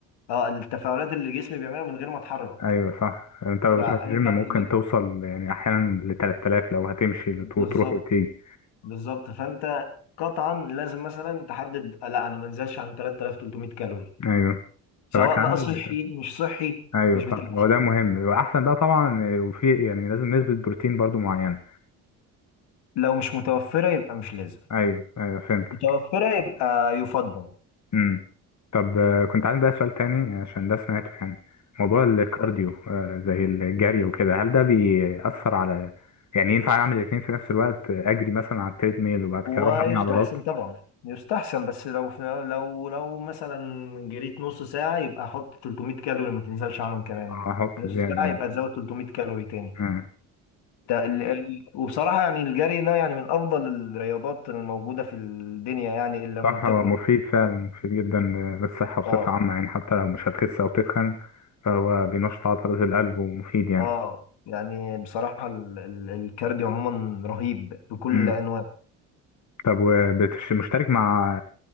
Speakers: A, on the left; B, on the left.
A: اه التفاعلات اللي جسمي بيعملها من غير ما اتحرك
B: ايوه صح انت لو
A: فانت
B: بتروح الجيم ممكن
A: ب...
B: توصل يعني احيانا ل 3000 لو هتمشي
A: بالظبط
B: وتروح وتيجي
A: بالظبط فانت قطعا لازم مثلا تحدد لا انا ما انزلش عن 3300 كالوري
B: ايوه
A: سواء
B: فبقى عندي
A: بقى صحي مش صحي
B: ايوه
A: مش بتاع
B: صح هو ده مهم واحسن بقى طبعا وفي يعني لازم نسبة بروتين برضو معينة
A: لو مش متوفرة يبقى مش لازم
B: ايوه ايوه فهمتك
A: متوفرة يبقى يفضل
B: امم طب آه، كنت عندي بقى سؤال تاني عشان ده سمعته يعني موضوع الكارديو آه، زي الجري وكده هل ده بيأثر على يعني ينفع اعمل الاثنين في نفس الوقت آه، اجري مثلا على التريد ميل وبعد
A: ويستحسن
B: كده اروح ابني عضلات
A: طبعا يستحسن بس لو لو لو مثلا جريت نص ساعة يبقى حط 300 كالوري ما تنزلش عنهم كمان
B: آه، احط
A: نص
B: زيادة
A: ساعة
B: يعني.
A: يبقى تزود 300 كالوري تاني
B: آه.
A: ده ال- ال- وبصراحة يعني الجري ده يعني من أفضل الرياضات الموجودة في الدنيا يعني إن لم
B: صح
A: تكن
B: هو مفيد فعلا مفيد جدا للصحة بصفة
A: آه
B: عامة يعني حتى لو مش هتخس أو تتخن فهو بينشط عضلات القلب ومفيد يعني
A: آه يعني بصراحة ال- ال- الكارديو عموما رهيب بكل
B: مم.
A: أنواعه
B: طب ومشترك مع